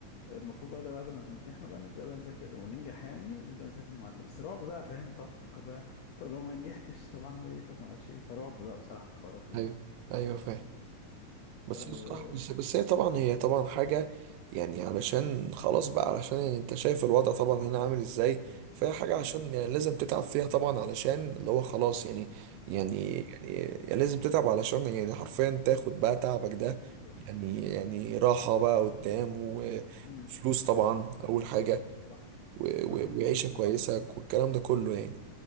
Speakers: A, on the left; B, on the right.
A: المفروض بقى ده بعد ما نمتحنه بقى نبدأ بقى نذاكر وننجح يعني نبدأ نذاكر المعادلة بس رعب بقى فاهم تقعد تفكر بقى طب لو ما نجحتش طب اعمل ايه طب ما اعرفش ايه فرعب بقى بصراحة في الحوارات دي
B: ايوه
A: يعني
B: ايوه فاهم بس
A: آه
B: هو الصراحة بس بس هي طبعا هي طبعا حاجة يعني علشان خلاص بقى علشان يعني انت شايف الوضع طبعا هنا عامل ازاي فهي حاجة عشان يعني لازم تتعب فيها طبعا علشان اللي هو خلاص يعني يعني
A: مم.
B: يعني يعني لازم تتعب علشان يعني حرفيا تاخد بقى تعبك ده
A: بالظبط
B: يعني يعني
A: بالظبط
B: راحة بقى قدام و-
A: مم.
B: وفلوس طبعا أول حاجة
A: صح
B: و-
A: صح
B: و-
A: جدا
B: وعيشة كويسة
A: اه
B: والكلام ده كله يعني